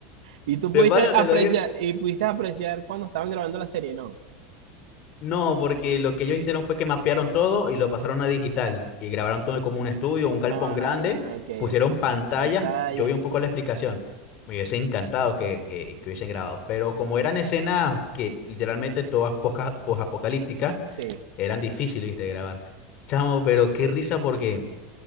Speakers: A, on the right (about 85°); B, on the left (about 30°).
A: Y tú
B: De
A: pudiste
B: pana
A: apreciar,
B: te lo digo,
A: y pudiste apreciar cuando estaban grabando la serie, ¿no?
B: No, porque lo que ellos hicieron fue que mapearon todo y lo pasaron a digital y grabaron todo como un estudio, un galpón
A: Ah,
B: grande,
A: ok,
B: pusieron
A: ok.
B: pantallas,
A: Pantallas
B: yo vi un
A: y
B: poco
A: todo.
B: la explicación, me hubiese encantado que, que, que hubiesen grabado, pero como eran escenas que literalmente todas posca- posapocalípticas,
A: Sí.
B: eran difíciles ¿viste? de grabar. Chamo, pero qué risa porque